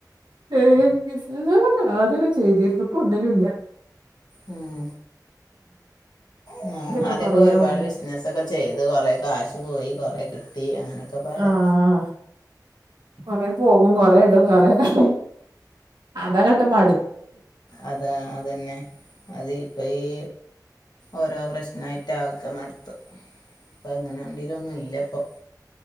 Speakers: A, on the right; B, on the left.
A: ഏ ബിസ്നസെള് ഒക്കെ ആദ്യഒക്കെ ചെയ്തിരുന്നു ഇപ്പൊ ഒന്നിനുംല്ല
B: ഉം ഞാനും
A: ഇതൊക്കെ
B: ആദ്യൊക്കെ
A: കൊറേ
B: ഒരുപാട്
A: ഓൺലൈൻ
B: ബിസ്സിനസൊക്ക ചെയ്ത് കൊറേ കാശ് പോയി കൊറേ കിട്ടി അങ്ങനെയൊക്കെപാടെ
A: ആഹ് കൊറേ പോകും കൊറ ഇടും കൊറേ കളി അതാങട്ട് മടു
B: അതാ അതന്നെ അതിപ്പ ഈ ഓരോ പ്രശ്നമായിട്ട ആഹ് തൊക്കെ മടുത്തു അപ്പൊ എങ്ങനൊണ്ടങ്കിലൊന്നും ഇല്ല ഇപ്പൊ